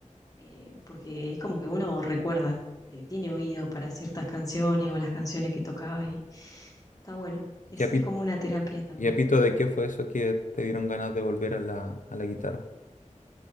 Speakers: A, on the left (about 25°); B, on the left (about 75°).
A: eh, porque es como que uno recuerda, eh, tiene oído para ciertas canciones o las canciones que tocaba y está bueno. Es,
B: Ya
A: es como una terapia también.
B: Y a pito, ¿de qué fue eso que te dieron ganas de volver a la, a la guitarra?